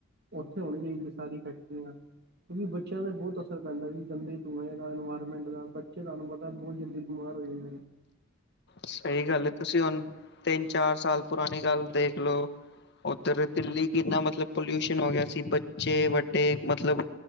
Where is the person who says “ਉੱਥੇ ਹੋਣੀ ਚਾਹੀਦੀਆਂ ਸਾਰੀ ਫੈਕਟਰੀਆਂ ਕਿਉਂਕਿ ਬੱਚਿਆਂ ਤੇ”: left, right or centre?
Right